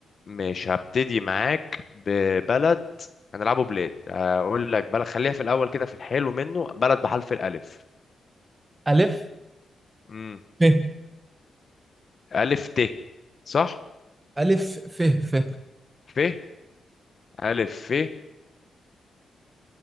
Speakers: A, on the left; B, on the right.
A: مش هبتدي معاك ببلد هنلعبه بلاد هقول لك بلد خليها في الاول كده في الحلو منه بلد بحرف الالف
B: ألف
A: امم
B: ف
A: الف ت صح
B: ألف ف ف
A: ف الف ف